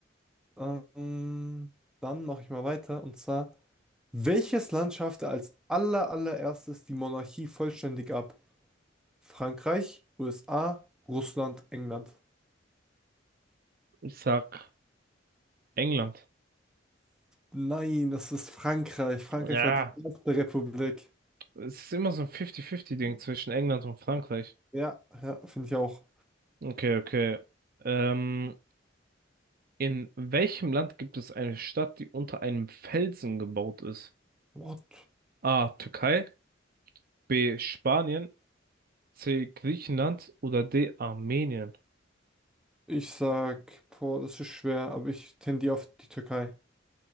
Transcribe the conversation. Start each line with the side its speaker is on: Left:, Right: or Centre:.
Centre: Ähm, dann mache ich mal weiter. Und zwar, welches Land schaffte als aller allererstes die Monarchie vollständig ab? Frankreich, USA, Russland, England.
Right: Ich sag England.
Centre: Nein, das ist Frankreich. Frankreich
Right: Ja,
Centre: war die erste Republik.
Right: es ist immer so ein 50-50-Ding
Centre: Hm?
Right: zwischen England und Frankreich.
Centre: Ja, ja, finde ich auch.
Right: Okay, okay. Ähm, In welchem Land gibt es eine Stadt, die unter einem Felsen gebaut ist?
Centre: What?
Right: A. Türkei, B. Spanien, C. Griechenland oder D. Armenien?
Centre: Ich sag, boah, das ist schwer, aber ich tendiere auf die Türkei.